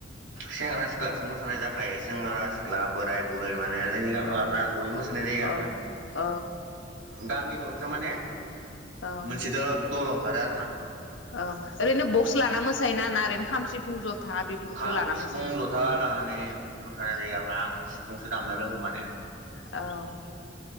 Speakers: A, on the right (about 80°); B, on the left (about 80°).
A: सेंग्रा सिख्लासो मोसानाय जाखायो सेंग्रा सिख्ला बोराय बुर माने जोंनि गामियाव
B: औ
A: आरो ना ज'यै मोसानाय जायो
B: औ
A: आरोना
B: औ
A: दानि <unintelligible> माने
B: औ
A: मोनसे दा दल अंखारो आरो ना।
B: औ ओरैनो बक्स लाना मोसायो ना ओरैनो खाम सिफुं जथा बेफोरखो
A: खाम
B: लाना
A: सिफुं
B: मोसायो?
A: जथा लानानै मोसानाय जायो आरोना आं सिफुंसो दामनो रोंगो माने।
B: औ